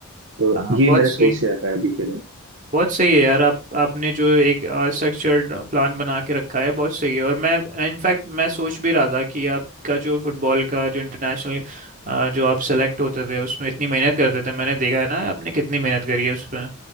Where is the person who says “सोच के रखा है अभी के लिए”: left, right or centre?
Right